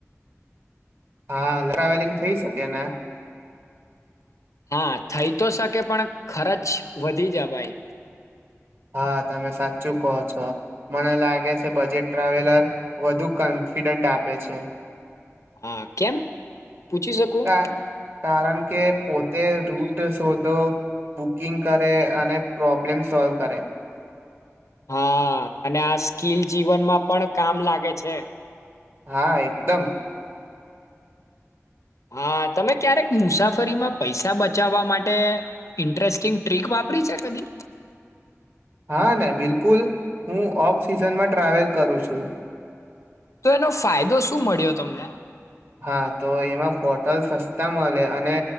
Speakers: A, on the right (about 45°); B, on the left (about 80°).
A: હા ટ્રાવેલિંગ થઈ શકે ને.
B: હા થઈ તો શકે પણ ખર્ચ વધી જ ભાઈ.
A: હા તમે સાચું કહો છો મને લાગે છે બજેટ ટ્રાવેલર વધુ કોન્ફિડન્ટ આપે છે.
B: હા કેમ? પૂછી શકું
A: ક કારણ કે પોતે રૂટ શોધો બુકિંગ કરે અને પ્રોબ્લેમ સોલ્વ કરે.
B: હા અને આ સ્કીલ જીવનમાં પણ કામ લાગે છે.
A: હા એકદમ.
B: હા તમે ક્યારેક મુસાફરીમાં પૈસા બચાવવા માટે ઇન્ટરેસ્ટિંગ ટ્રીક વાપરી છે કદી?
A: હા ને બિલકુલ હું ઓફ સિઝનમાં ટ્રાવેલ કરું છું.
B: તો એનો ફાયદો શું મળ્યો તમને.
A: હા તો એમાં હોટલ સસ્તા મળે અને